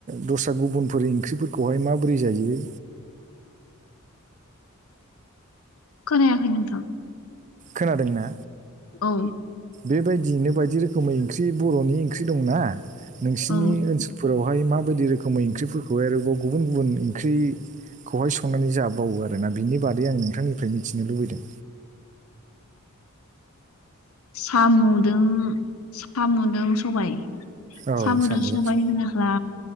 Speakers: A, on the right (about 35°); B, on the left (about 75°).
A: दस्रा गुबुनफोर ओंख्रिफोरखौहाय माबोरै जायो?
B: खोनायाखै नोंथां?
A: खोनादोंना?
B: औ
A: बेबायदियैनो बायदि रोखोमै ओंख्रि बर'नि ओंख्रि दंना नोंसोरनि
B: औ
A: ओनसोलफोराव बेहाय माबायदि रोखोमै ओंख्रिफोरखौ आरोबाव गुबुन गुबुन ओंख्रि खौहाय संनानै जाबावो आरोना बिनि बादै आं नोंथांनिफ्राय मिथिनो लुबैदों।
B: साम'जों साम'जों सबाय।
A: औ
B: साम'जों सबाय
A: सं
B: होनोब्ला